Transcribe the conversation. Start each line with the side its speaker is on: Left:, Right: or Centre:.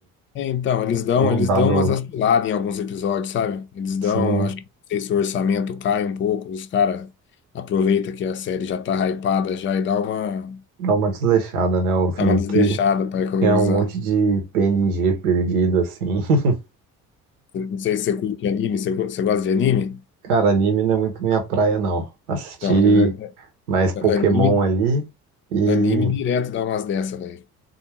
Left: É, então, eles dão,
Right: tinham
Left: eles
Right: dado,
Left: dão umas vaciladas em alguns episódios, sabe? Eles dão,
Right: sim,
Left: acho que não sei se o orçamento cai um pouco, os caras aproveita que a série já tá hypada já e dá uma,
Right: dar uma desleixada, né? Eu vi
Left: dá uma desleixada
Right: que
Left: para economizar.
Right: tinha um monte de PNG perdido, assim. <laughs>
Left: Eu Não sei se você curte anime, você, cu- você gosta de anime?
Right: Cara, anime não é muito minha praia, não. Assisti
Left: Então, mas é-
Right: mais Pokémon
Left: é, anime
Right: ali e.
Left: Anime direto dá umas dessa, velho.